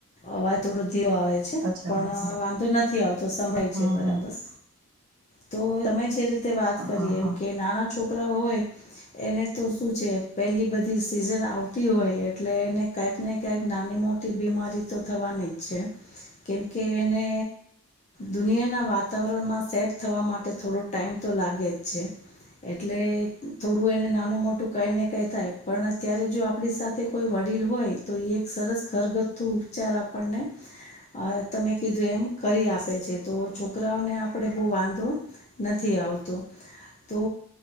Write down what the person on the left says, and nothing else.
અવાજ <inaudible> ઘીરો આવે છે,
પણ
વાંધો નથી આવતો સંભળાય
છે બરાબર
તો તમે જે રીતે વાત
કરી
એમ
કે નાના છોકરા હોય એને તો શું છે પેલી બધી સીઝન આવતી હોય, એટલે એને કાંઈક ને કાંઈક નાની મોટી બિમ રી તો થવાની જ છે કેમકે એને દુનિયાના વાતાવરણમાં સેટ થવા માટે થોડો ટાઈમ તો લાગે જ છે. એટલે થોડું એને નાનો મોટ મોટું કાંઈ ને કાંઈ થાય, પણ અત્યારે જો આપણી સાથે કોઈ વડીલ હોય તો ઈ એક સરસ ઘરગથ્થુ ઉપચાર આપણને અહ તમે કીધું એમ કરી આપે છે. તો છોકરાઓને આપડે બહુ વાંધો નથી. આવતો. તો